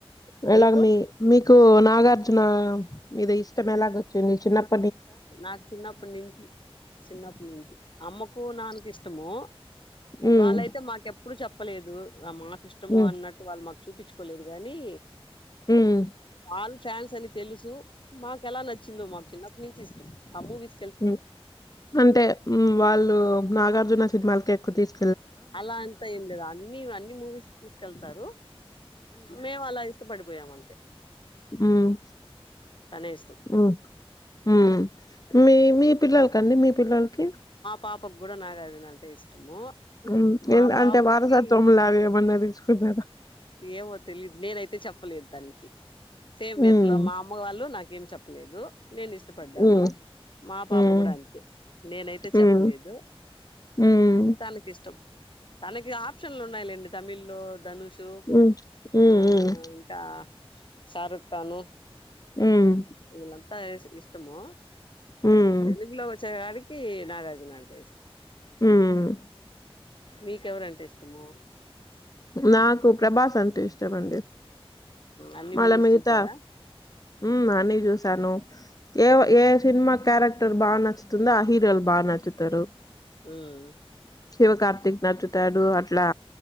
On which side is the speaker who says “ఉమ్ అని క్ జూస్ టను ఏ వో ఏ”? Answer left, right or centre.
Left